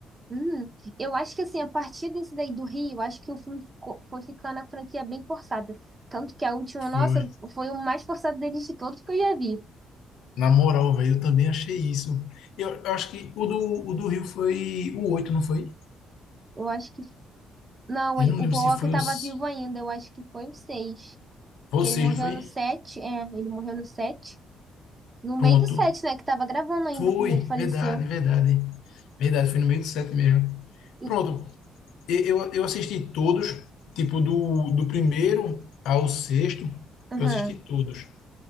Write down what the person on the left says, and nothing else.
Foi.
Na moral, velho, eu também achei isso. Eu, eu acho que o do, o do Rio foi o 8, não foi?
Eu
não
lembro
se
foi
os...
Vocês,
não foi?
Pronto.
Foi,
verdade, verdade. Verdade, foi no meio do 7 mesmo.
Pronto. E- Eu, eu assisti todos, tipo, do, do primeiro ao sexto,
eu assisti todos.